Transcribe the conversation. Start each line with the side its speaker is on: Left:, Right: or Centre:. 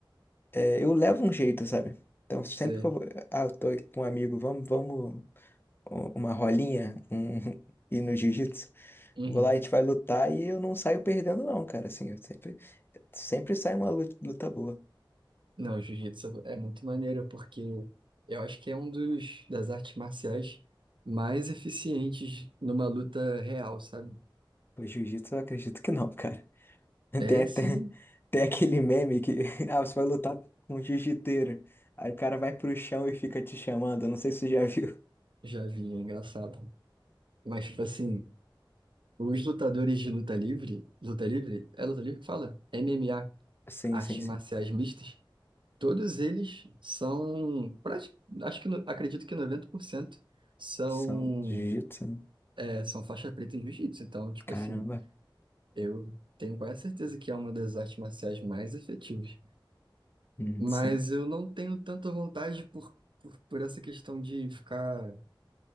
Left: é, eu levo um jeito, sabe? Então, sempre
Right: sei.
Left: que eu vou, ah, eu tô com um amigo, vamos, vamos. um- uma rolinha um, <laughs> e no jiu-jitsu.
Right: Uhum.
Left: eu Vou lá, a gente vai lutar e eu não saio perdendo, não, cara. Assim, eu sempre, sempre sai uma lu- luta boa.
Right: Não, o jiu-jitsu é muito maneiro, porque eu acho que é um dos das artes marciais mais eficientes numa luta real, sabe?
Left: O jiu-jitsu eu acredito que não, cara. <laughs>
Right: É
Left: Tem até
Right: sim,
Left: tem aquele meme que <laughs> ah, você vai lutar com um jiu-jiteiro. Aí o cara vai pro chão e fica te chamando. Eu Não sei se você já viu. <laughs>
Right: já vi, é engraçado. Mas, tipo assim, os lutadores de luta livre, luta livre? É luta livre que fala? MMA,
Left: Sim,
Right: artes
Left: sim, sim.
Right: marciais mistas, todos eles são, prati- acho que, no- acredito que 90% são,
Left: São de jiu-jitsu, né?
Right: é, são faixa preta em jiu-jitsu. Então, tipo
Left: Caramba.
Right: assim. Eu tenho quase certeza que é uma das artes marciais mais efetivas.
Left: Uhum,
Right: Mas
Left: sim,
Right: eu não tenho tanta vontade por, por, por essa questão de ficar